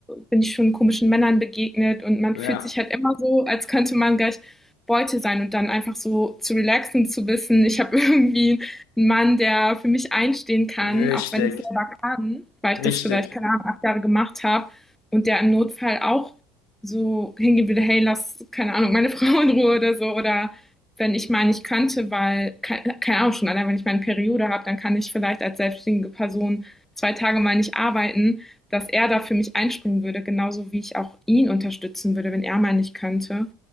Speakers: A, in the centre; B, on the left.
A: bin ich schon komischen Männern begegnet und man
B: ja,
A: fühlt sich halt immer so, als könnte man gleich Beute sein und dann einfach so zu relaxen, zu wissen, ich habe <laughs> irgendwie ein Mann, der für mich einstehen kann,
B: richtig,
A: auch wenn ich selber kann, weil ich
B: richtig.
A: das vielleicht, keine Ahnung, acht Jahre gemacht habe und der im Notfall auch so hingehen würde, hey, lass, keine Ahnung, meine <laughs> Frau in Ruhe oder so oder wenn ich mal nicht könnte, weil, keine keine Ahnung, schon allein wenn ich meine Periode habe, dann kann ich vielleicht als selbstständige Person zwei Tage mal nicht arbeiten, dass er da für mich einspringen würde, genauso wie ich auch ihn unterstützen würde, wenn er mal nicht könnte.